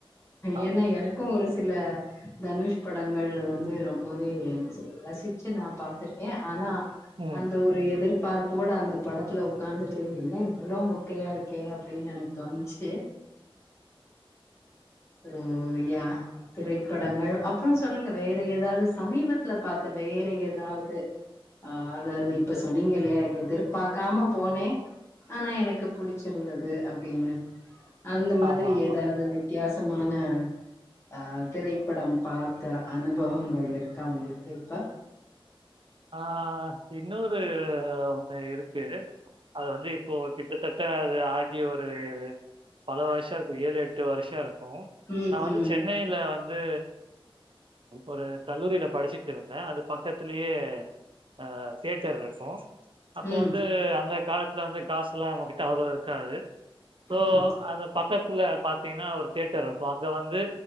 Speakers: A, on the right; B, on the left.
A: ஆமா
B: ஏன்னா எனக்கோ ஒரு சில தனுஷ் படங்கள் வந்து ரொம்பவே என்ன சொல்றது ரசிச்சு நா பாத்துருக்கே ஆனா
A: ம்.
B: அந்த ஒரு எதிர் பார்ப்போட அந்த படத்துல ஒக்காந்துட்டு என்ன இவ்ளோ மெக்கையா இருக்கே அப்டீனு எனக்கு தோணிச்சு ம் யா திரைப்படங்கள் அப்றோ சொல்லுங்க வேற ஏதாவது சமீபத்துல பாத்த வே ற ஏதாவது ஆ அதாவது இப்ப சொன்னீங்கில்லயா எதிர்பார்க்காம போனே ஆனா எனக்கு புடிச்சிருந்தது அப்டீனு அந்த மாதிரி
A: ஆமா ஆமா
B: ஏதாவது பாசமான ஆ திரைப்படம் பார்த்த அனுபவங்கள் இருக்கா உங்குளுக்கு இப்ப
A: ஆ இன்னோரு ஒன்னு இருக்கு அது வந்து இப்போ கிட்டத்தட்ட அது ஆகி ஒரு பல வருஷோ இருக்கோ ஏழு எட்டு வருஷோ இருக்கோ
B: ம்
A: நா வந்து
B: ம்
A: சென்னையில வந்து ஒரு ஒரு கல்லூரில படிச்சுட்டு இருந்த அது பக்கத்துலயே அ தியேட்டர் இருக்கோ அப்ப
B: ம்
A: வந்து அந்த காலத் துல வந்து காசுலா நம்மகிட்ட அவ்ளோ இருக்காது சோ
B: ம்
A: அந்த பக்கத்துல பாத்தீங்கன்னா ஒரு தியேட்டர் இருக்கோ அங்க வந்து